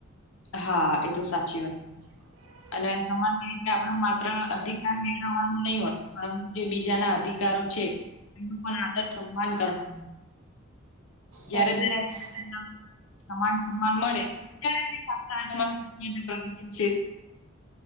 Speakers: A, on the left; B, on the right.
A: હા, એ તો સાચી વાત.
B: <inaudible>
A: અને સમાનતા એટલે આપડે માત્ર અધિકાર મેળવવાનું નઇ હોતું, પરંતુ જે બીજાના અધિકારો છે. એનું પણ આદર સન્માન કરવા જયારે
B: સાચી
A: દરેક
B: વાત
A: <unintelligible>
B: છે
A: સમાન સમ્માન મળે ત્યારે તે સાચા અર્થમાં. એને ક્રમીક છે